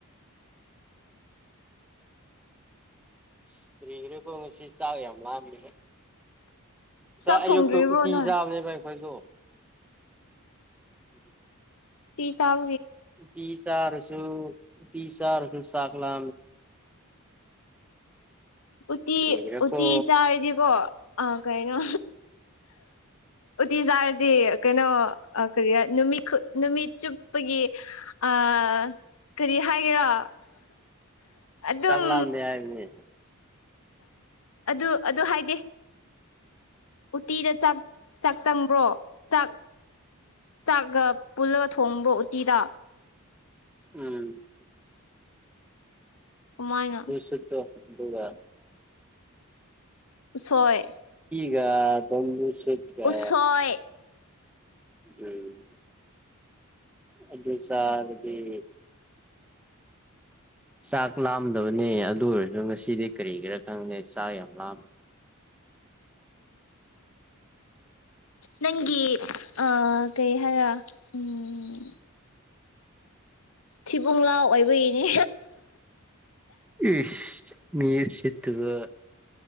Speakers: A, in the centre; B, on the left (about 70°).
A: ꯏꯁꯄ꯭ꯔꯤꯒꯔꯦ ꯀ ꯉꯁꯤ ꯆꯥꯛ ꯌꯥꯝ ꯂꯥꯝꯃꯦꯥꯛ
B: ꯆꯥꯛ ꯊꯣꯡꯗ꯭ꯔꯤꯕ꯭ꯔꯣ
A: ꯑꯌꯨꯛꯇꯨ ꯎꯇꯤ
B: ꯅꯣꯏ
A: ꯆꯥꯕꯅꯦꯕ ꯑꯩꯈꯣꯏꯁꯨꯣ ꯎꯝ
B: ꯇ ꯆ
A: ꯄꯤꯤꯁꯥ ꯑꯔꯁꯨ ꯄꯤꯤꯁꯥ ꯑꯔꯁꯨ ꯁꯥꯒꯂꯥ
B: ꯎꯇ
A: ꯀꯔꯤꯒꯤꯔꯀꯣ
B: ꯎꯇ ꯆꯥꯔꯗꯤꯀꯣ ꯑꯥ ꯀꯩꯅꯣ ꯎꯠꯇꯤ ꯆꯥꯔꯗꯤ ꯀꯩꯅꯣ ꯀꯔꯤ ꯅꯨꯃꯤꯠ ꯅꯨꯃꯤꯠ ꯆꯨꯞꯄꯒꯤ ꯑ ꯀꯔꯤ ꯍꯥꯏꯒꯦꯔꯣ ꯑꯗꯨꯝ
A: ꯆꯥꯛ ꯂꯥꯝꯗꯦ ꯍꯥꯏꯕꯅꯦ
B: ꯑꯗꯨ ꯑꯗꯨ ꯍꯥꯏꯗꯦ ꯎꯇꯤꯗ ꯆꯥꯛ ꯆꯪꯕ꯭ꯔꯣ ꯆꯥꯛ ꯆꯥꯛꯒ ꯄꯨꯜꯂꯒ ꯊꯣꯡꯕ꯭ꯔꯣ ꯎꯇꯤꯗ
A: ꯎꯝ
B: ꯀꯃꯥꯏꯅ
A: ꯁꯠꯇꯣ ꯑꯗꯨꯒꯕꯕ
B: ꯁꯣꯏ
A: ꯀ ꯨꯁꯦꯠ ꯀ
B: ꯎꯁꯣꯏ
A: ꯎꯝ ꯑꯗꯨꯁꯔꯕꯤ ꯆꯥꯛ ꯂꯥꯝꯗꯕꯅꯦ ꯑꯗꯨ ꯑꯣꯏꯔꯁꯨ ꯉꯁꯤꯗꯤ ꯀꯔꯤꯒꯤꯔ ꯈꯪꯅꯦꯦ ꯆꯥꯛ ꯌꯥꯝ ꯂꯥꯃꯤ <inaudible>
B: ꯅꯪꯒꯤ ꯑ ꯀꯩ ꯍꯥꯏꯔ ꯎꯝ ꯊꯤꯕꯨꯡꯂꯥꯎ ꯑꯣꯏꯕꯒꯤꯅꯦ
A: ꯏꯁ ꯃꯤꯔꯁꯤꯗꯨꯕ